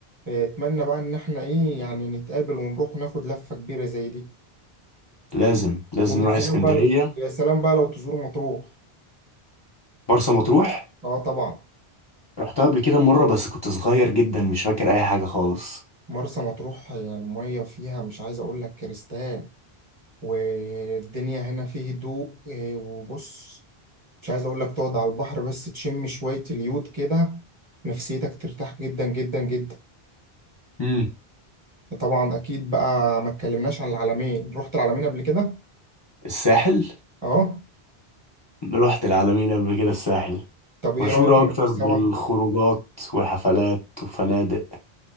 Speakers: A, on the right (about 30°); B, on the left (about 35°).
A: آه، اتمنى بقى ان احنا ايه يعني نتقابل ونروح ناخد لفة كبيرة زي دي
B: لازم لازم
A: ويا
B: نروح
A: سلام
B: اسكندرية
A: بقى ويا سلام بقى لو تزور مطروح
B: مرسى مطروح
A: اه طبعا
B: رحتها قبل كده مرة بس كنت صغير جدا مش فاكر أي حاجة خالص
A: مرسى مطروح يعني المية فيها مش عايز اقول لك كريستال والدنيا هنا فيه هدوء آه، وبص مش عايز اقول لك تقعد على البحر بس تشم شوية اليود كده نفسيتك ترتاح جدا جدا جدا
B: امم
A: طبعا اكيد بقى ما اتكلمناش عن العلمين رحت العلمين قبل كده
B: الساحل
A: اه
B: رحت العلمين قبل كده الساحل
A: طب ايه
B: مشهورة
A: رأيك نروح
B: أكتر
A: سوا
B: بالخروجات وحفلات وفنادق